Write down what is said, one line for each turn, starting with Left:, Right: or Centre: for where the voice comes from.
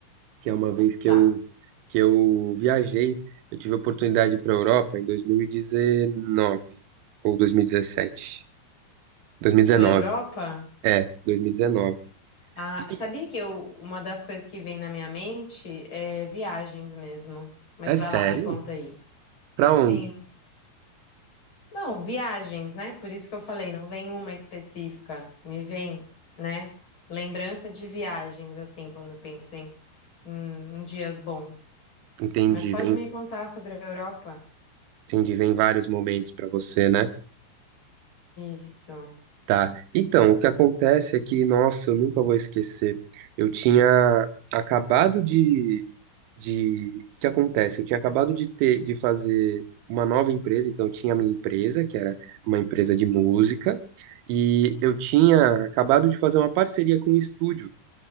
Right: que é uma vez que
Left: tá.
Right: eu que eu viajei, eu tive a oportunidade para Europa em 2019 ou 2017, 2019,
Left: Pra Europa,
Right: é, 2019.
Left: ah,
Right: E dezenove.
Left: sabia
Right: E
Left: que eu, uma das coisas que vem na minha mente é viagens mesmo. Mas
Right: é
Left: vai
Right: sério?
Left: lá, me conta aí.
Right: Pra
Left: Sim.
Right: onde?
Left: Não, viagens, né? Por isso que eu falei, não vem uma específica. Me vem, né? Lembrança de viagens, assim, quando eu penso em, em, em dias bons.
Right: Entendi,
Left: Mas pode
Right: vem,
Left: me contar sobre a Europa?
Right: entendi, vem vários momentos pra você, né?
Left: Isso,
Right: Tá. Então, o que acontece é que, nossa, eu nunca vou esquecer. Eu tinha acabado de, de... O que acontece? Eu tinha acabado de ter, de fazer uma nova empresa, então eu tinha a minha empresa, que era uma empresa de música, e eu tinha acabado de fazer uma parceria com um estúdio